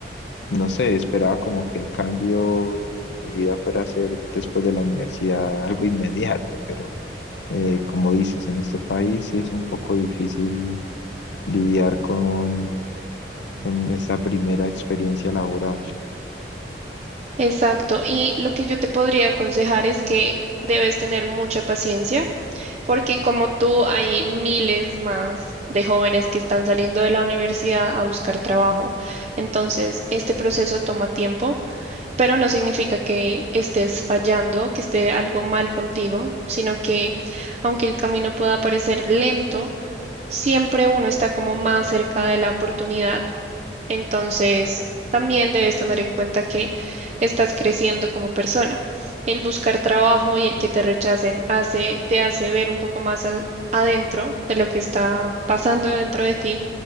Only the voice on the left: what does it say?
no sé, esperaba como que el cambio de mi vida fuera a ser después de la universidad algo inmediato, pero eh, como dices, en este país sí es un poco difícil lidiar con con esa primera experiencia laboral.